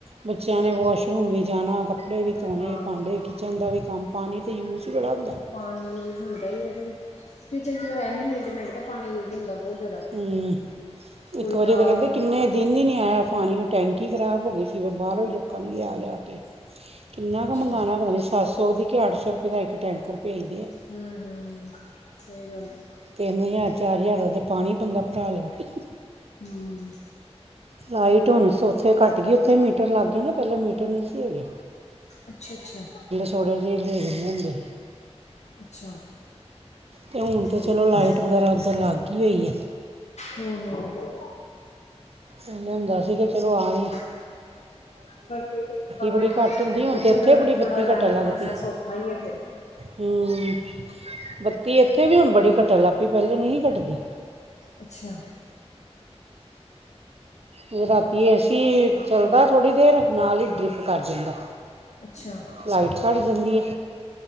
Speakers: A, on the right (about 65°); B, on the left (about 80°).
A: ਬੱਚਿਆਂ ਨੇ ਵਾਸ਼ਰੂਮ ਵੀ ਜਾਣਾ ਕੱਪੜਾ ਕੱਪੜੇ ਵੀ ਧੋਣੇ
B: ਹਾਂ
A: ਭਾਂਡੇ ਕਿਚਨ ਦਾ ਵੀ ਕੰਮ ਪਾਣੀ ਦਾ ਯੂਜ ਹੀ ਬੜਾ ਹੁੰਦਾ
B: ਪਾਣੀ ਯੂਜ ਹੁੰਦਾ ਹੀ ਤੇ। ਕਿਚਨ ਚ ਤਾਂ ਵੈਸੇ ਮਿੰਟ -ਮਿੰਟ ਤਾਂ ਪਾਣੀ ਯੂਜ ਹੁੰਦਾ ਬਹੁਤ ਜ਼ਿਆਦਾ
A: ਹੂੰ
B: ਕੋਈ
A: ਇੱਕ ਵਾਰੀ
B: ਦਾਲ
A: ਤਾਂ ਕਹਿੰਦੇ
B: ਸਬਜ਼ੀ
A: ਕਿੰਨੇ ਦਿਨ ਹੀ ਨਹੀਂ ਆਇਆ ਪਾਣੀ ਉਹ ਟੈਂਕੀ। ਖਰਾਬ ਹੋ ਗਈ ਸੀ ਫਿਰ ਬਾਹਰੋਂ ਹੀ ਲੋਕਾਂ ਨੇ ਲਿਆ- ਲਿਆ ਕੇ ਕਿੰਨਾ
B: ਕੁਛ
A: ਕੁ ਮੰਗਉਣਾ
B: ਅੱਛਾ
A: ਪਤਾ ਨਹੀ ਸੱਤ ਸੌ ਉਹਦੀ ਕਿ ਅੱਠ ਸੌ ਰੁਪਏ ਦਾ ਇੱਕ ਟੈਂਕਰ ਭੇਜਦੇ ਆ
B: ਹਮ, ਹਮ ਸਹੀ ਗੱਲ ਹੈ।
A: ਤਿੰਨ ਹਜ਼ਾਰ ਚਾਰ ਹਜ਼ਾਰ ਦਾ ਪਾਣੀ ਬੰਦਾ ਪਟਾ ਲਿਆ ਬੈਠੀ।
B: ਹਮ।
A: ਲਾਈਟ ਹੁਣ ਉੱਥੇ ਘੱਟ ਗਈ ਉੱਥੇ ਮੀਟਰ ਲੱਗ ਗਏ ਨਾ ਪਹਿਲੇ ਮੀਟਰ ਨਹੀਂ ਸੀ ਹੈਗੇ।
B: ਅੱਛਾ, ਅੱਛਾ।
A: ਥੋੜੇ ਜਿਹੇ ਲੈ ਲਦੇ ਹੁੰਦੇ ਸੀ।
B: ਅੱਛਾ।
A: ਤੇ ਹੁਣ
B: ਠੀਕ
A: ਤਾਂ ਚਲੋ ਲਾਈਟ ਵਗੈਰਾ ਉੱਧਰ ਲਗ ਹੀ ਹੋਈ ਹੈ।
B: ਹਮ, ਹਮ
A: ਪਹਿਲਾਂ ਹੁੰਦਾ ਸੀ ਕਿ ਚਲੋ ਆ ਜ।
B: <unintelligible> <unintelligible> ਪਰ ਪ
A: ਬੜੀ ਘੱਟ ਹੁੰਦੀ ਹੁਣ
B: ਉੱਥੇ
A: ਤਾਂ ਇੱਥੇ
B: ਦਾ
A: ਬੜੀ
B: ਥੋੜਾ
A: ਬੱਤੀ
B: ਰਹਿਣ
A: ਘਟਣ
B: ਦਾ
A: ਲੱਗ
B: ਪ੍ਰੋਸੈਸ
A: ਪਈ
B: ਔਖਾ ਆ ਫਿਰ
A: ਹੂੰ, ਬੱਤੀ ਇੱਥੇ ਵੀ ਹੁਣ ਬੜੀ ਘਟਣ ਲੱਗ ਪਈ ਪਹਿਲੇ ਨਹੀਂ ਸੀ ਘਟਦੀ।
B: ਅੱਛਾ।
A: ਗਰਾਤੀ ਐਸੀ। ਚੱਲਦਾ ਥੋੜ੍ਹੀ ਦੇਰ ਨਾਲ ਹੀ ਡਰਿੱਪ ਕਰ ਜਾਂਦਾ
B: ਅੱਛਾ ਅੱਛਾ
A: ਲਾਈਟ 'ਚ ਘੱਟ ਜਾਂਦੀ ਹੈ।